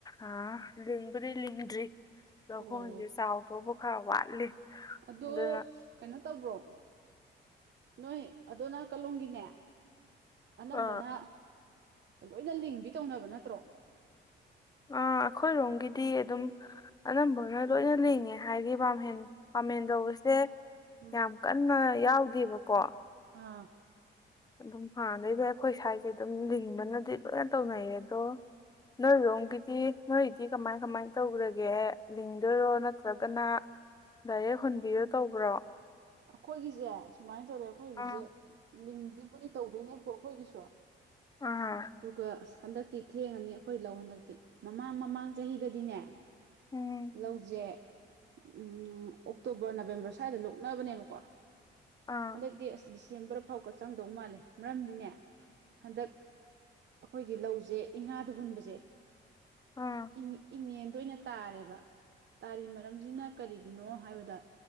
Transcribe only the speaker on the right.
ꯑꯣ
ꯑꯗꯣ
ꯀꯩꯅꯣ ꯇꯧꯕ꯭ꯔꯣ ꯅꯣꯏ ꯑꯗꯣꯟ ꯅꯥꯀꯂꯣꯝꯒꯤꯅꯦ ꯑꯅꯝꯕꯅ
ꯂꯣꯏꯅ ꯂꯤꯡꯕꯤ ꯇꯧꯅꯕ ꯅꯠꯇ꯭ꯔꯣ
ꯎꯝ
ꯑꯥ
ꯑꯈꯣꯏꯒꯤꯁꯦ ꯁꯨꯃꯥꯏꯅ ꯇꯧꯔꯦ ꯑꯈꯣꯏꯒꯤꯖꯦ
ꯂꯤꯡꯗꯨꯕꯨꯗꯤ ꯇꯧꯗꯣꯏꯅꯦꯀꯣ ꯑꯈꯣꯏꯒꯤꯁꯨ
ꯑꯗꯨꯒ ꯑꯁ ꯍꯟꯗꯛꯇꯤ ꯊꯦꯡꯉꯅꯤ ꯑꯈꯣꯏ ꯂꯧ ꯍꯟꯗꯛꯇꯤ ꯃꯃꯥꯡ ꯃꯃꯥꯡ ꯆꯍꯤꯗꯗꯤꯅꯦ
ꯂꯧꯖꯦ ꯎꯝ ꯑꯣꯛꯇꯣꯕꯔ ꯅꯕꯦꯝꯕꯔ ꯁ꯭ꯋꯥꯏꯗ ꯂꯣꯛꯅꯕꯅꯦꯕꯀꯣ
ꯍꯟꯗꯛꯇꯤ ꯑꯁ ꯗꯤꯁꯦꯝꯕꯔ ꯐꯥꯎꯀꯥ ꯆꯪꯗꯧ ꯃꯥꯜꯂꯦ ꯃꯔꯝꯗꯤꯅꯦ ꯍꯟꯗꯛ ꯑꯈꯣꯏꯒꯤ ꯂꯧꯖꯦ ꯏꯉꯥꯗ ꯍꯨꯟꯕꯖꯦ
ꯏꯪ ꯏꯪꯉꯦꯟꯗ ꯑꯣꯏꯅ ꯇꯥꯔꯦꯕ ꯇꯥꯔꯤ ꯃꯔꯝꯖꯤꯅ ꯀꯔꯤꯒꯤꯅꯣ ꯍꯥꯏꯕꯗ